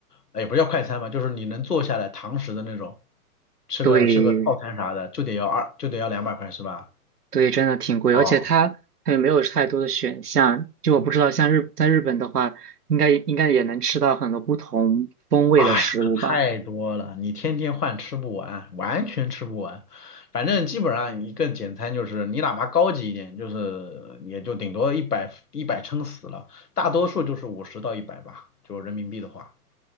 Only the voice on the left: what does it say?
哎，也不叫快餐吧，就是你能坐下来堂食的那种，吃个吃个套餐啥的，
就得要二就得要两百块是吧？
哦，
哎呀，可太多了，你天天换吃不完，完全吃不完。反正基本上一个简餐就是你哪怕高级一点，就是也就顶多一百一百撑死了，大多数就是五十到一百吧，就人民币的话。